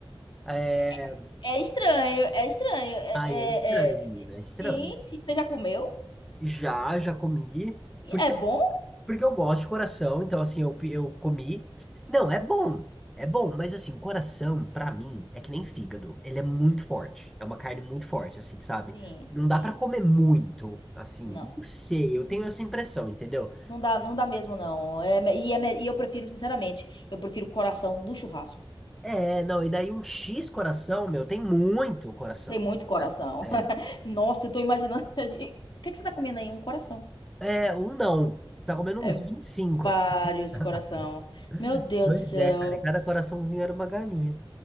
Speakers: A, in the centre; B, on the left.
A: É,
B: É, é estranho, é estranho. É,
A: ai,
B: é,
A: é estranho,
B: é-
A: menina,
B: é-
A: é estranho.
B: Gente, você já comeu?
A: Já, já comi.
B: E
A: porque
B: É bom?
A: Porque eu gosto de coração, então assim, eu, eu comi. Não, é bom. É bom, mas assim, coração, pra mim, é que nem fígado. Ele é muito forte. É uma carne muito forte, assim, sabe?
B: Sim,
A: Não
B: sim.
A: dá pra comer muito, assim.
B: Não.
A: Não sei, eu tenho essa impressão, entendeu?
B: Não dá, não dá mesmo, não. É, me- e, é me- e eu prefiro, sinceramente, eu prefiro o coração do churrasco.
A: É, não, e daí um X coração, meu, tem muito coração.
B: Tem muito coração.
A: É,
B: <laughs> Nossa, eu tô imaginando. <laughs> O que é que você tá comendo aí? Um coração.
A: é um não. Você tá comendo
B: É,
A: uns 25.
B: vários
A: assim. <laughs>
B: coração. Meu Deus
A: Pois
B: do céu.
A: é, cara, e cada coraçãozinho era uma galinha.